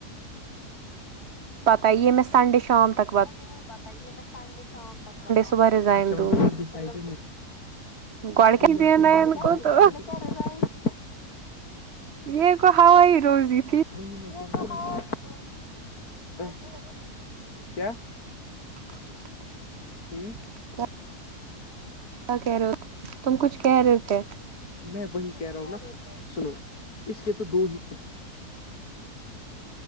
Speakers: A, on the left; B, on the right.
A: <inaudible>
B: پتہ ہے یہمس سنڈے شام تک وات
A: مجھ نہیں پ یہ میں سنڈے شام تک بتاؤں
B: صبح
A: گی
B: ریزائن
A: اچھا ماتلاب
B: دوں گی
A: ڈسڈ
B: گڑ
A: رزائ
B: کے
A: کیا
B: دینا ہے ان کو تو
A: رزائ
B: یہ کو ہوا ہی روزی تھی
A: <inaudible>
B: <inaudible>
A: ہوں
B: کیا کیا کہہ رہے ہو تم کچھ کہہ رہے تھے
A: میں وہی کہہ رہا ہوں نا سنو اس کے تو دو ہی